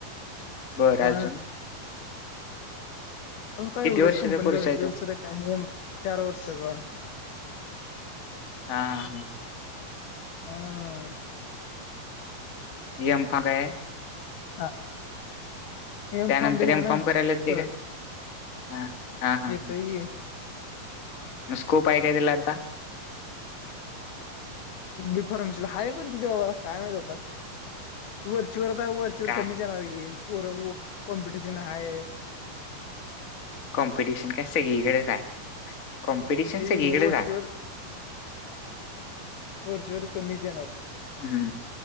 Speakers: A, on the left; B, on the left.
A: बरं
B: हा
A: अजून
B: अं काय
A: किती
B: एवढंच
A: वर्षाचा
B: कंपनी
A: कोर्स आहे
B: दुसरं
A: तो
B: काय आहे चार वर्षचा
A: हा हा हा
B: हा
A: ये अमफ काय
B: ह ए
A: त्यानंतर
B: फॉर्म भ आहे
A: एम फार्म
B: ना
A: करायला येतंय
B: परत
A: काय हा हा हा हा
B: येत ही
A: मग स्कोप आहे काय त्याला आता
B: िफॉर्म्सला आहेा पण तिथे बाला काय मिळत हो प वर वर वरची व
A: काय
B: कमी जाणार पर कॉम्पिटिशन आहेा
A: कॉम्पिटिशन काय सगळीकडेच आहे कॉम्पिटिशन
B: त
A: सगळीकडेच
B: मुर
A: आहे.
B: चोर होर जोर कमी येणार
A: हम्म